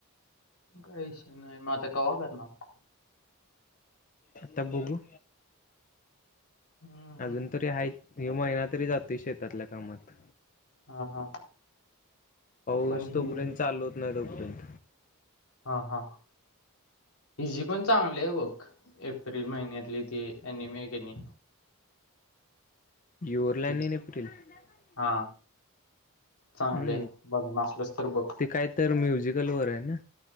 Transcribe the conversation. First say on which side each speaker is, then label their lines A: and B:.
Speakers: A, on the left; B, on the left.
A: काही नाही म आता कवा करणार?
B: आता बघू?
A: हम्म हम्म
B: अजून तरी हायत, ह्यो महिना तरी जातोय शेतातल्या कामात.
A: हा हा
B: पाऊस
A: पण ही
B: तोपर्यंत चालू होत नाही तोपर्यंत.
A: हा, हा, हिजी पण चांगली आहे, बघ एप्रिल महिन्यातली ती आणि मे कनी
B: युअर्ला
A: तीच
B: एप्रिल <unintelligible>
A: हा चांगली
B: हम्म,
A: आहे. बघणार असलस तर बघ.
B: ते काय तर म्युझिकल वर आहे. ना